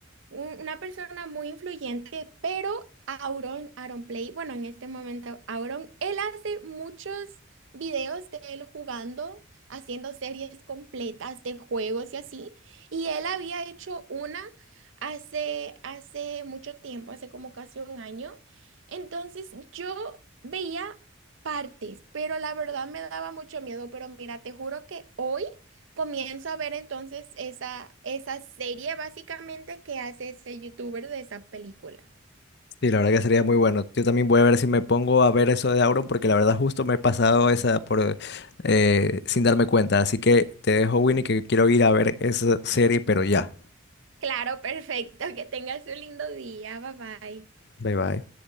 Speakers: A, on the right; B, on the left.
A: un- una persona muy influyente, pero Auron, Auron Play, bueno, en este momento Auron, él hace muchos videos de él jugando, haciendo series completas de juegos y así, y él había hecho una hace, hace mucho tiempo, hace como casi un año, entonces yo veía partes, pero la verdad me daba mucho miedo, pero mira, te juro que hoy... Comienzo a ver entonces esa, esa serie básicamente que hace ese youtuber de esa película.
B: Sí, la verdad que sería muy bueno. Yo también voy a ver si me pongo a ver eso de Auron, porque la verdad justo me he pasado esa por eh, sin darme cuenta. Así que te dejo, Winnie, que quiero ir a ver esa serie, pero ya.
A: Claro, <laughs> perfecto. Que tengas un lindo día. Bye bye.
B: Bye bye.